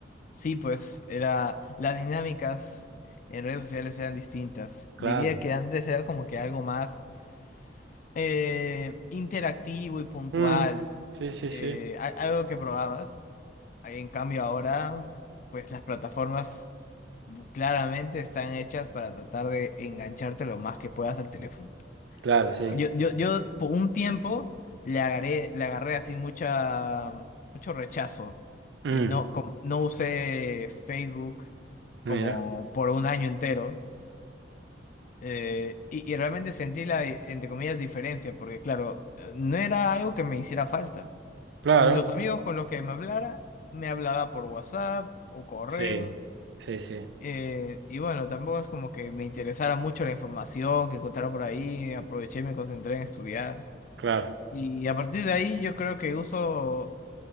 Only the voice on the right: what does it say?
Claro.
Mm, sí, sí,
sí.
Claro, sí.
Mm,
mira.
Claro.
Sí. Sí, sí.
Claro,